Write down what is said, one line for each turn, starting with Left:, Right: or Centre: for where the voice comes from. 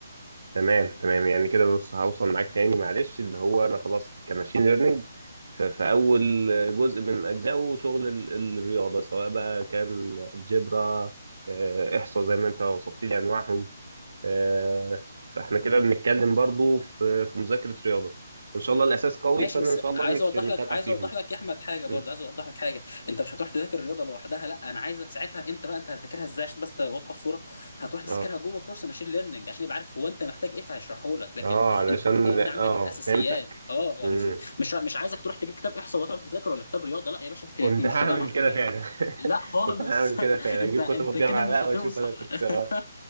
Right: تمام تمام يعني كده بص هوصل معاك تاني معلش اللي هو انا خلاص كماشين ليرنينج في في اول جزء من اجزائه شغل ال- الرياضه سواء بقى كان الجبرا آه، احصاء زي ما انت وصفت لي انواعهم آه، فاحنا كده بنتكلم برضو في في مذاكره رياضه ان شاء الله الاساس قوي
Left: ماشي
Right: فانا
Left: بس
Right: ان شاء الله
Left: عايز
Right: مش
Left: اوضح
Right: مش
Left: لك
Right: هقع
Left: عايز
Right: فيهم
Left: اوضح لك يا احمد حاجه
Right: م.
Left: برضه عايز اوضح لك حاجه انت مش هتروح تذاكر الرياضه لوحدها لا انا عايزك ساعتها امتى بقى انت هتذاكرها ازاي عشان بس تبقى واضحه الصوره هتروح تذاكرها
Right: اه
Left: جوه كورس ماشين ليرنينج عشان يبقى عارف هو انت محتاج ايه فهيشرحه لك لكن
Right: اه علشان
Left: انت اوريدي عندك
Right: اه
Left: الاساسيات
Right: فهمتك
Left: اه
Right: مم.
Left: آه، مش مش مش عايزك تروح تجيب كتاب احصاء وتقعد تذاكر ولا كتاب رياضه لا يا باشا فكرة
Right: كنت
Left: احنا مش
Right: هعمل
Left: في جامعه
Right: كده فعلا
Left: لا
Right: <laughs>
Left: خالص
Right: كنت هعمل
Left: <laughs>
Right: كده فعلا
Left: انت
Right: اجيب
Left: انت
Right: كتب الجامعه
Left: كده مش
Right: بقى
Left: هتوصل
Right: واشوف انا كنت اه
Left: <laughs>